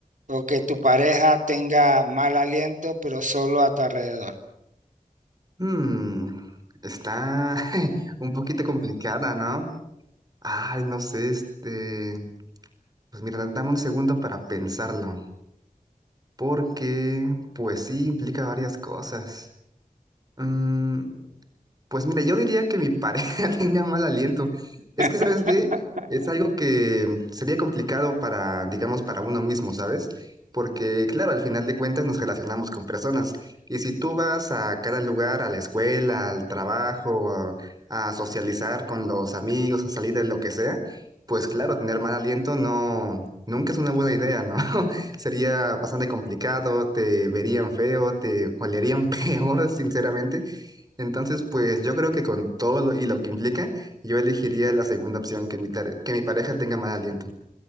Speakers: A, on the right; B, on the right.
A: o que tu pareja tenga mal aliento pero solo a tu alrededor?
B: Hmm, está <laughs> un poquito complicada, ¿no? Ay, no sé, este... Pues mira, dame un segundo para pensarlo, porque pues sí, implica varias cosas. Mm, Pues mira, yo diría que mi pareja <laughs> tenga mal aliento. Es
A: <laughs>
B: que, ¿sabes qué? Es algo que sería complicado para, digamos, para uno mismo, ¿sabes? Porque, claro, al final de cuentas nos relacionamos con personas. Y si tú vas a cada lugar, a la escuela, al trabajo, a, a socializar con los amigos, a salir de lo que sea, pues claro, tener mal aliento no, nunca es una buena idea, ¿no? <laughs> Sería bastante complicado, te verían feo, te olerían <laughs> peor, sinceramente. Entonces, pues yo creo que con todo lo, y lo que implica, yo elegiría la segunda opción, que mi, care- que mi pareja tenga mal aliento.